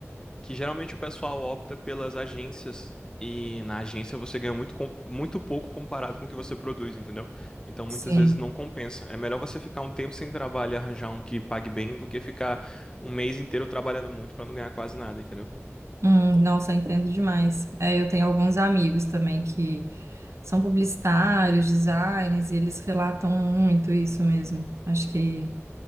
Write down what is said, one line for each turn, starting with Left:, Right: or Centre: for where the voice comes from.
Left: que geralmente o pessoal opta pelas agências e na agência você ganha muito, com- muito pouco comparado com o que você produz, entendeu? Então muitas
Right: Sim.
Left: vezes não compensa. É melhor você ficar um tempo sem trabalho e arranjar um que pague bem do que ficar um mês inteiro trabalhando muito para não ganhar quase nada, entendeu?
Right: Hum, nossa, eu entendo demais. É, eu tenho alguns amigos também que São publicitários, designers, e eles relatam muito isso mesmo. Acho que